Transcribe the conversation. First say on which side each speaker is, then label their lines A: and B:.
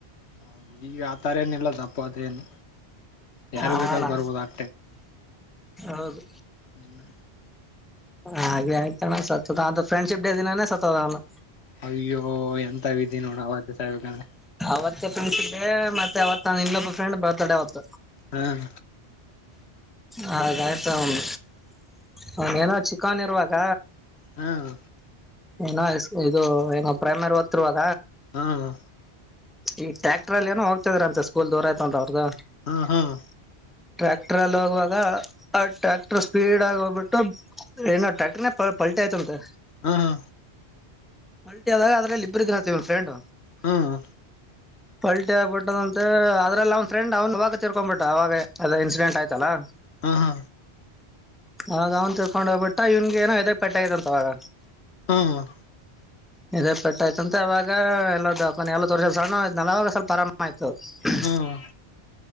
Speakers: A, on the left; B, in the centre.
A: ಹೌದು ಈಗ ಆ ತರ ಏನ ಇಲ್ಲದಪ್ಪ ಅದೇನು ಯಾರಿಗೆ
B: ಹ
A: ಬೇಕಾದ್ರೆ
B: ಅಣ್ಣ
A: ಬರ್ಬೋದು ಆಗ್ತ
B: ಹೌದು
A: ಇಲ್ಲ
B: ಹಾಗೆ ಆಯತಾನ ಸತ್ತದ ಅ ಫ್ರೆಂಡ್ಶಿಪ್ ಡೇ ದಿನಾನೇ ಸತ್ತಹೊದಾಅನು
A: ಅಯ್ಯೋ ಎಂತ ವಿದಿ ನೋಡ ಅವತ್ತ ಸಾಯಬೇಕಂದ್ರೆ
B: ಅವತ್ತ ಫೆಂಡ್ ಮತ್ತೆ ಅವತ್ ನ ಇನ್ನೊಬ್ಬ ಫ್ರೆಂಡ್ ಬರ್ತ್ಡೇ ಅವತ್
A: ಹ್ಮ್
B: ಹಾ ಗಾಯತ ಅವನ್ ಹ ಏನೋ ಚಿಕನ್ ಇರುವಾಗ
A: ಹ್ಮ್
B: ಏನೋ ಇದು ಏನೋ ಪ್ರೇಮರ್ ಓತ್ತಿರ್ರುವಾಗ
A: ಹ್ಮ
B: ಈ ಟ್ಯಾಕ್ಟರ್ ಅಲ್ಲಿ ಏನೋ ಹೋಗತಿದ್ರ ಅಂತೆ ಸ್ಕೂಲ್ ದೂರ ಇತ ಅಂತ ಅವ್ರದು
A: ಹ್ಮ ಹ್ಮ್
B: ಟ್ರ್ಯಾಕ್ಟರ್ ಅಲ್ಲಿ ಹೋಗುವಾಗ ಆ ಟ್ರ್ಯಾಕ್ಟರ್ ಸ್ಪೀಡ್ ಆಗಿ ಹೋಗ್ಬಿಟ್ಟು ಏನೋ ಟ್ಯಾಕ್ಟರ್ ಪಲ್ಟೆ ಆಯತ ಅಂತೆ
A: ಹಾ ಹಾ
B: ಪಲ್ಟಿ ಆದಾಗ ಅದ್ರಲ್ಲಿ ಇಬ್ಬರು ಇದ್ರುತ್ತ ವ ಫ್ರೆಂಡ್
A: ಹ್ಮ್
B: ಪಲ್ಟಿ ಆಗ್ಬಿಟ್ಟದ ಅಂತೆ ಅದ್ರಲ್ಲಿ ಅವನ್ ಫ್ರೆಂಡ್ ಅವನು ವಾಗ ತಿರ್ಕೊಬಿಟ್ಟ ಅವಾಗ ಅದ ಇನ್ಸಿಡೆಂಟ್ ಆಯ್ತಲ್ಲಾ
A: ಹ
B: ಆ ಅವ್ನ್ ತಿರ್ಕೊಂಡು ಹೋಗ್ಬಿಟ್ಟ ಇವನ್ ಏನೋ ಇದ ಪೆಟ್ಟ ಆಗ್ಂತ ಅವಾಗ
A: ಹ
B: ನಿ ಪಟ್ಟಾಯ್ತಂತೆ ಅವಾಗ ಎಲ್ಲ ದಪ ಸಣ್ಣಗ ವಯಸ್ಸು ನಲ ಸ್ವಲ್ಪಆರಾಮ ಆಯಿತು ಹೌ
A: ಹ